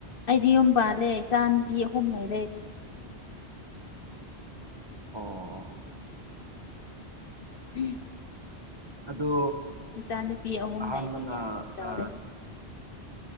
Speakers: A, on the left; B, on the right.
A: ꯑꯩꯗꯤ ꯌꯨꯝ ꯄꯥꯜꯂꯦ ꯏꯆꯥ ꯅꯨꯨꯄꯤ ꯑꯍꯨꯝ ꯂꯩꯔꯦ ꯑꯩꯗꯤ꯫
B: ꯑꯣ꯫
A: ꯎꯝ꯫
B: ꯑꯗꯣ
A: ꯏꯆꯥ ꯅꯨꯨꯄꯤ ꯑꯍꯨꯝ
B: ꯑꯍꯥꯟꯕꯅ
A: ꯂꯩꯔꯦ ꯌꯥꯝ ꯌꯥꯝ ꯆꯥꯎꯔꯦ
B: ꯑ